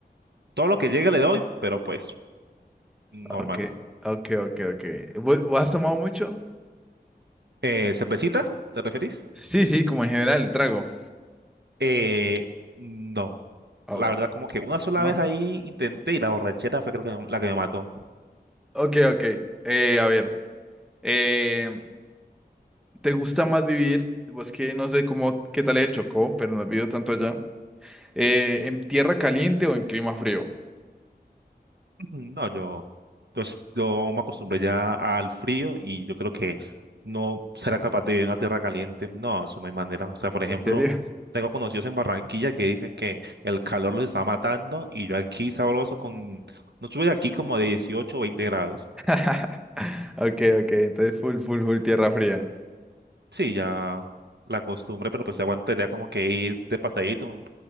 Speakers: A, on the right; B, in the centre.
A: todo lo que llegue le doy, pero pues, normal.
B: Ok, ok, ok, ok. ¿Vo- ¿Vos has tomado mucho?
A: Eh, ¿cervecita? ¿Te referís?
B: Sí, sí, como en general, el trago.
A: Eh, no,
B: Oh,
A: la verdad como que una sola
B: ¿no?
A: vez ahí intenté y la borrachera fue la que, la que me mató.
B: Ok, ok. Eh, a ver. eh, ¿te gusta más vivir? Pues que no sé cómo, qué tal es el Chocó, pero no he vivido tanto allá. Eh, ¿en tierra caliente o en clima frío?
A: No, yo, pues yo me acostumbré ya al frío y yo creo que no será capaz de vivir en una tierra caliente. No, eso no hay manera. O sea, por ejemplo,
B: ¿En serio?
A: tengo conocidos en Barranquilla que dicen que el calor los está matando y yo aquí sabroso con, no sube aquí como de 18, o 20 grados.
B: <laughs> Ok, ok. Entonces, full, full, full tierra fría.
A: Sí, ya la costumbre, pero pues se aguantaría como que ir de pasadito